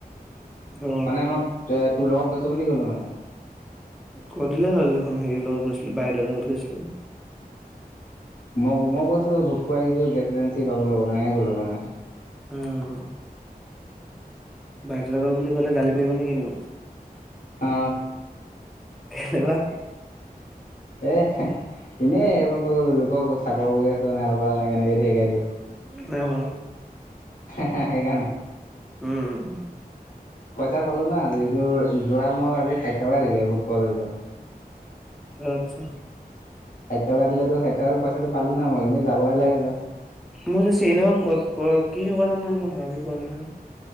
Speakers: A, in the centre; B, on the left.
A: অ
B: মানে মই এ তোৰ লগত গৈ বুলি ক'লো মানে
A: কৈ দিলে হ'ল দেখোন হেৰি লগত গৈছিলো, বাইদেউৰ লগত গৈছিলে বুলি
B: মই মই কৈছো ভোক পুৱাই আহিছো, গেছ এজেঞ্চি বাবু লগত এনেকে ক'লো মানে
A: উম'। বাইদউৰ লগৰ বুলি কলে গালি পাৰিব নে কিনো
B: অ'।
A: কেলা
B: এ এনে এইবোৰ কৰ লোকৰ চাকৰ কৰি আছো, আল-বাল এনেকে এনেকে <unintelligible> দিয়ে।
A: অ'।
B: হা-হা সেইকাৰণে
A: উম'।
B: পইচা পালো না, আজিটো যোৱা মোক আজি ষাঠি টকা দিলে ভোক এ যোৱা
A: আচ্ছা,
B: ষাঠিটকা দিলেতো ষাঠিটকা পইচাটো পালো ন মই এনে যাবই লাগে। জাষ্ট।
A: মোৰ যে চিনেমা প কি হ'ব, মই ভাবি পোৱা নাই নহয়।